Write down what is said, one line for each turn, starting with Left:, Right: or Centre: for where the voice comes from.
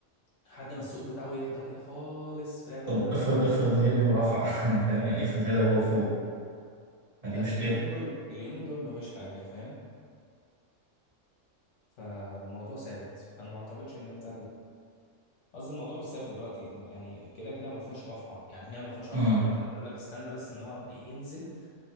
Left: لحد ما السوق بتاعه يهدى كده خالص فاهم
Right: طب
Left: أنت
Right: افرض افرض هدي ورفع <laughs> يعني فاهم يعني؟ افرض هدي هو فوق ما دي
Left: لا
Right: مشكلة
Left: اليومين دول اليومين دول مفيش حاجة فاهم فالموضوع ثابت فأنا ما أعتقدش إن أنت قصدي الموضوع مش ثابت دلوقتي يعني كده كده ما فيهاش رفعه يعني هي ما فيهاش رفعه
Right: مم.
Left: دلوقتي انا بقول لك استنى بس ان هو ما ينزل